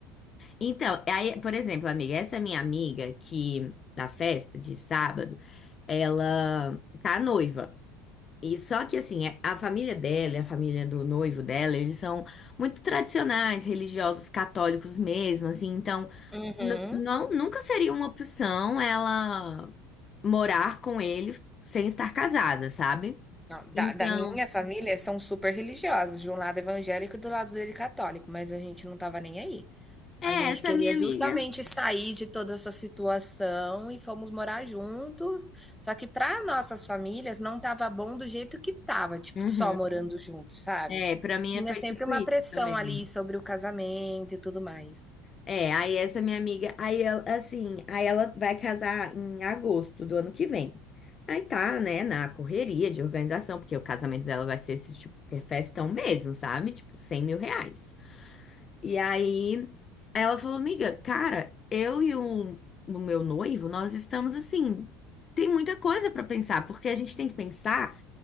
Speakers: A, on the left (about 30°); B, in the centre.
A: Então, aí, por exemplo, amiga, essa minha amiga que na festa de sábado, ela tá noiva. E só que assim, é- a família dela, e a família do noivo dela, eles são muito tradicionais, religiosos, católicos mesmo, assim, então
B: Uhum.
A: n- não nunca seria uma opção ela morar com ele sem estar casada, sabe?
B: Não, da
A: Então,
B: da minha família são super religiosos, de um lado evangélico e do lado dele católico, mas a gente não estava nem aí.
A: é,
B: A gente
A: essa
B: queria
A: é a minha amiga.
B: justamente sair de toda essa situação e fomos morar juntos, só que para nossas famílias não estava bom do jeito que estava, tipo,
A: Uhum.
B: só morando juntos, sabe.
A: É, pra mim
B: Tinha
A: foi
B: sempre
A: tipo
B: uma
A: isso
B: pressão
A: também.
B: ali sobre o casamento e tudo mais.
A: É, aí essa minha amiga, aí ela, assim, aí ela vai casar em agosto do ano que vem. Aí tá, né, na correria de organização, porque o casamento dela vai ser esse tipo, que é festão mesmo, sabe? Tipo, 100 mil reais. E aí ela falou, amiga, cara, eu e o, o meu noivo, nós estamos assim, tem muita coisa pra pensar, porque a gente tem que pensar